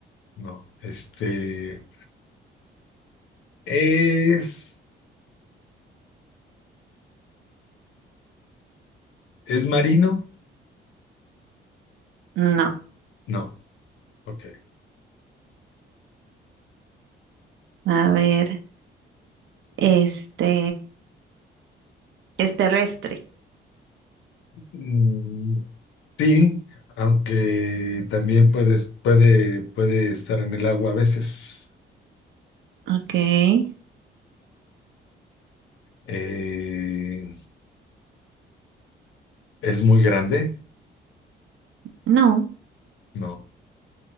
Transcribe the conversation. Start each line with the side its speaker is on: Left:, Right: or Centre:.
Left: no. Este, ¿es, es marino?
Right: No,
Left: No, ok.
Right: a ver, este es terrestre.
Left: Mm, sí, aunque también puedes- puede, puede estar en el agua a veces.
Right: Okay.
Left: Eh, ¿Es muy grande?
Right: No,
Left: No,